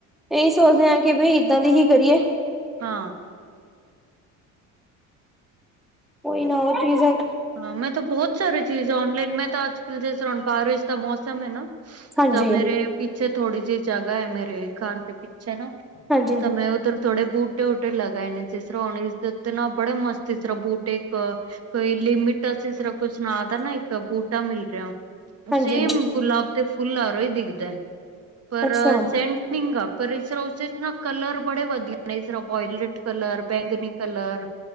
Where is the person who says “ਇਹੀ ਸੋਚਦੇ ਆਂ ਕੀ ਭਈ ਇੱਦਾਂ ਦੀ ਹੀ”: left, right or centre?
Centre